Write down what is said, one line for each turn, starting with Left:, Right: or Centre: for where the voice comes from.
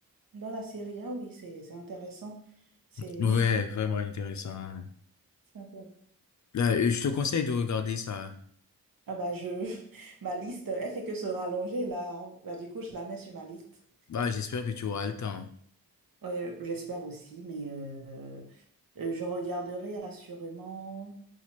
Right: Dans la série A, oui, c'est c'est intéressant. C'est
Left: Ouais,
Right: <laughs>
Left: vraiment intéressant.
Right: c'est intéressant.
Left: Là, euh, je te conseille de regarder ça.
Right: Ah bah je... <laughs> Ma liste, elle fait que se rallonger là. hein. Bah, du coup, je la mets sur ma liste.
Left: Bah, j'espère que tu auras le temps.
Right: Ouais, j'espère aussi, mais euh, euh, je regarderai assurément